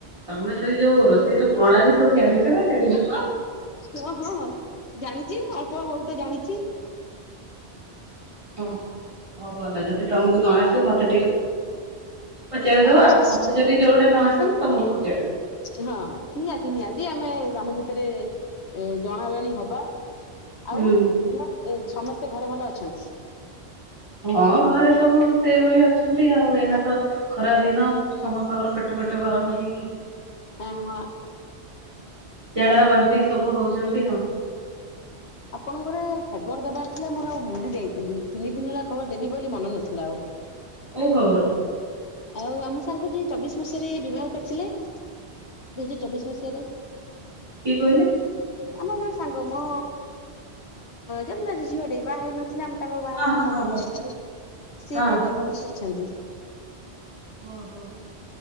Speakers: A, on the right; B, on the left.
A: ତମେ ସେଇ ଯୋଉ ରୋଷେଇର ପ୍ରଣାଳୀ ସବୁ ଜାଣିଛ ନା ଜାଣିନ?
B: ହଁ ହଁ, ଜାଣିଚି, ଅଳ୍ପ ବହୁତେ ଜାଣିଚି।
A: ହଉ, ଭଲ ଯଦି ତମକୁ ନ ଆସିବ ମତେ ଟିକେ ପଚାରିଦବ,
B: ହଉ
A: ଆଉ
B: ହଉ
A: ମତେ ଯଦି ଯୋଉଟା ନ ଆସିବ ତମକୁ ପଚାରିଦେବି।
B: ହଁ ହଁ, ନିହାତି ନିହାତି। ଆମେ ଆମ ଭିତରେ ଜଣା ଜଣି ହବା
A: ହୁଁ
B: ଆଉ ଉଁ ସମସ୍ତେ ଘରେ ଭଲ ଅଛନ୍ତି?
A: ହଁ ଘରେ ସବୁ ସେଇଭଳି ଅଛନ୍ତି ଆଉ। ଏଇନା ତ ଖରାଦିନ, ସମସ୍ତଙ୍କର ପେଟ ପେଟ ଗରମ ହେଇକି
B: ଓହୋ।
A: ଝାଡା ବାନ୍ତି ସବୁ ହଉଛନ୍ତି ଆଉ
B: ଆପଣଙ୍କୁ ଗୋଟେ ଖବର ଦବାର ଥିଲା ମୋର ଆଉ ଭୁଲି ଯାଇଥିଲି। ତିନି ଦିନ ହେଲା ଖବର ଦେବି ବୋଲି ମନେ ନଥିଲା ଆଉ।
A: କୋଉ ଖବର?
B: ଆଉ ଆମ ସାଙ୍ଗ ଯିଏ ଚବିଶ ମସିହାରେ ବିବାହ କରିଥିଲେ ଦୁଇହଜାର ଚବିଶ ମସିହାରେ।
A: କିଏ କହିଲେ?
B: ଆମର ଜଣେ ସାଙ୍ଗ ମ, ଯେମତିଆ ଝିଅଟେ ବାହାହେଇ ନଥିଲେ ଆମେ ତାଙ୍କ ବାହାଘର
A: ହଁ ହଁ
B: ମଣ୍ଡପ
A: ହଁ
B: ଯାଇଥିଲେ, ସିଏ
A: ହଁ
B: ଏବେ ଗର୍ଭବତୀ ଅଛନ୍ତି।
A: ଓହୋ।